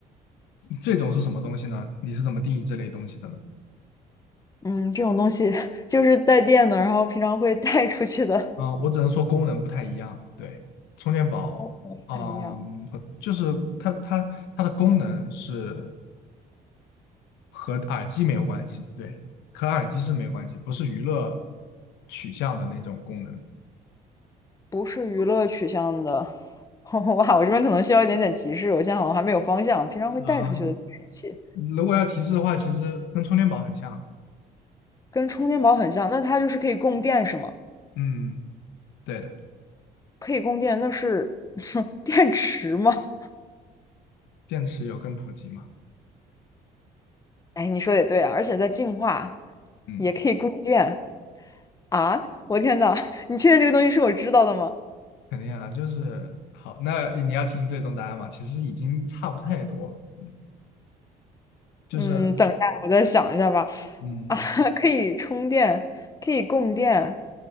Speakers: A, on the left; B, on the left.
A: 这种是什么东西呢？你是怎么定义这类东西的呢？
B: 嗯，这种东西 <laughs> 就是带电的，然后平常会带出去的，
A: 啊，我只能说功能不太一样，对，充电宝，
B: 功能不太一样，
A: 嗯，和就是它它它的功能是和耳机没有关系，对，和耳机是没有关系，不是娱乐取向的那种功能
B: 不是娱乐取向的。<laughs> 哇，我这边可能需要一点点提示，我现在好像还没有方向。平常会带出去的电器
A: 啊。如果要提示的话，其实跟充电宝很像，
B: 跟充电宝很像，那它就是可以供电是吗？
A: 嗯，对的，
B: 可以供电，那是 <laughs> 电池吗？
A: 电池有更普及嘛，
B: 哎，你说的也对啊，而且在净化，
A: 嗯。
B: 也可以供电啊！我天呐，你确定这个东西是我知道的吗？
A: 肯定啊，就是好。那你要听最终答案嘛？其实已经差不太多了，嗯，就是
B: 嗯，等一下，我再想一下吧。
A: 嗯，
B: 啊，<laughs> 可以充电，可以供电，